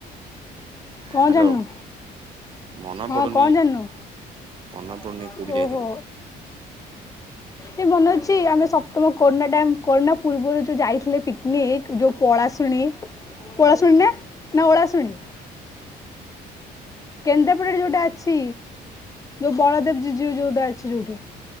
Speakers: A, on the left; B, on the right.
A: କଣ
B: ହ୍ୟାଲୋ
A: ଜାଣିନୁ।
B: ମନେ
A: ହଁ
B: ପଡୁନି
A: କଣ ଜାଣିନୁ
B: ମନେ ପଡୁନି କୋଉଠି ଯାଇଥିଲୁ
A: ଓହୋ। ଏ ମନେ ଅଛି ଆମେ ସପ୍ତମ କରୋନା ଟାଇମ୍ କରୋନା ପୂର୍ବରୁ ଯୋଉ ଯାଇଥିଲେ ପିକ ନିକ୍ ଯୋଉ ପଳାଶୁଣି ପଳାଶୁଣି ନା ନା ଓଳାଶୁଣି। କେନ୍ଦ୍ରାପଡାରେ ଯୋଉଟା ଅଛି ଯୋଉ ବଳଦେବ ଜିଜିଉ ଯୋଉଟା ଅଛି ଯୋଉଠି।